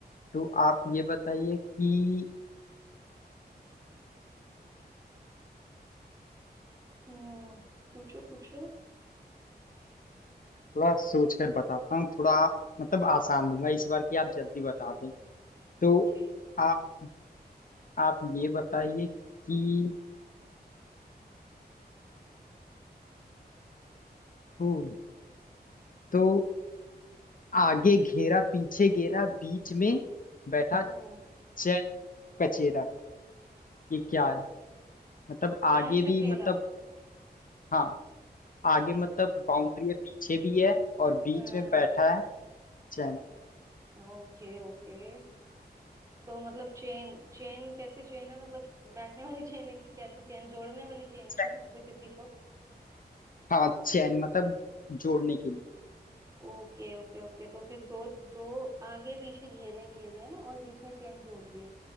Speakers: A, on the left; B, on the right.
A: तो आप ये बताइए कि
B: हम्म पूछो पूछो
A: थोड़ा सोच कर बताता हूँ थोड़ा मतलब आसान दूंगा इस बार की आप जल्दी बता दें तो
B: ठीक
A: आप आप ये बताइए कि हम्म, तो आगे घेरा पीछे घेरा बीच में बैठा
B: हम्म
A: चैन कचेरा ये क्या है मतलब
B: चैन
A: आगे
B: चकेरा
A: भी मतलब हाँ आगे
B: अच्छा
A: मतलब बाउंड्री है पीछे भी है और बीच
B: हाँ
A: में बैठा है चैन
B: ओके ओके तो मतलब चेन चेन कैसी चेन है मतलब बैठने वाली चेन है कि कैसी चेन जोड़ने वाली चेन है ना
A: चैन।
B: किसी से किसी को
A: हाँ चैन मतलब जोड़ने के लिए
B: ओके ओके ओके तो फिर दो दो आगे पीछे घेरे घेरे हैं और बीच में चेन जोड़ रही है